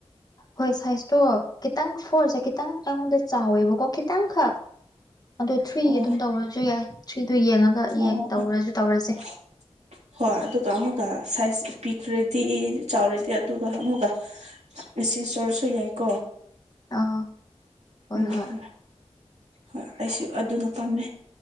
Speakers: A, on the left; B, on the right.
A: ꯍꯣꯏ ꯁꯥꯏꯖꯇꯣ ꯈꯤꯇꯪ ꯐꯣꯔꯁꯦ ꯈꯤꯇꯪ ꯑꯩꯉꯣꯟꯗ ꯆꯥꯎꯋꯦꯕꯀꯣ ꯈꯤꯇꯪꯈꯛ ꯑꯗꯣ ꯊ꯭ꯔꯤ
B: ꯑꯣ
A: ꯑꯗꯨꯝ ꯇꯧꯔꯁꯨ ꯌꯥꯏ ꯊ꯭ꯔꯤꯗꯣ ꯌꯦꯡꯉꯒ
B: ꯑꯣ
A: ꯌꯦꯡ ꯇꯧꯔꯁꯨ ꯇꯧꯔꯁꯦ
B: <inaudible> ꯍꯣꯏ ꯑꯗꯨꯒ ꯑꯃꯒ ꯁꯥꯏꯖ ꯄꯤꯈ꯭ꯔꯗꯤ ꯆꯥꯎꯔꯗꯤ ꯑꯗꯨꯒ ꯑꯃꯒ ꯁꯤ ꯁꫭꯏꯔꯁꯨ ꯌꯥꯏꯀꯣ
A: ꯑꯥ ꯍꯣꯏ
B: ꯎꯝ
A: ꯍꯣꯏ
B: ꯍꯣꯏ ꯑꯩꯁꯨ ꯑꯗꯨꯅ ꯄꯥꯝꯃꯦ